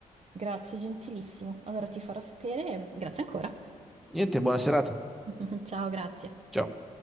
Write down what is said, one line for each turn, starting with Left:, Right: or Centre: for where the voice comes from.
Right: Grazie, gentilissimo. Allora ti farò sapere. e Grazie ancora.
Centre: Niente, buona serata.
Right: <laughs> Ciao, grazie.
Centre: Ciao.